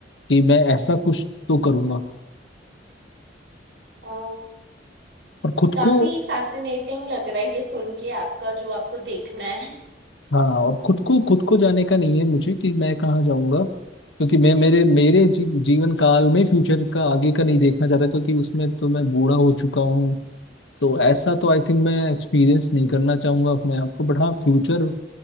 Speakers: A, on the left (about 80°); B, on the right (about 65°).
A: कि मैं ऐसा कुछ तो करूंगा
B: अ,
A: और खुद
B: काफी
A: को
B: फैसिनेटिंग लग रहा है ये सुन के आपका जो आपको देखना है
A: हाँ और खुद को खुद को जाने का नहीं है मुझे कि मैं कहाँ जाऊंगा क्योंकि मैं मेरे मेरे जी, जीवन काल में फ्यूचर का आगे का नहीं देखना चाहता क्योंकि उसमें तो मैं बूढ़ा हो चुका हूँ तो ऐसा तो आई थिंक मैं एक्सपीरियंस नहीं करना चाहूंगा अपने आप को बट हाँ future